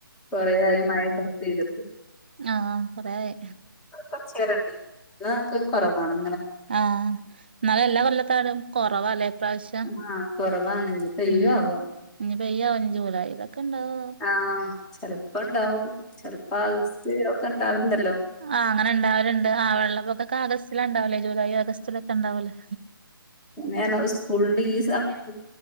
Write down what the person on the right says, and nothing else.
ആഹ് കൊറേയായി
ആ എന്നാലും എല്ലാ കൊല്ലത്തേലും കൊറവാല്ലേ ഇപ്രാവശ്യം
ഉം
ഇനി പെയ്യാവോ ഇനി ജൂലൈയിലൊക്കെ ഇണ്ടാവോ
ആ അങ്ങനെ എല്ലാവരുണ്ട് ആ വെള്ളപ്പൊകാക്ക ആഗസ്റ്റില ഉണ്ടാവലേ ജൂലൈ ആഗസ്റ്റിലൊക്കെ ഉണ്ടാവലേ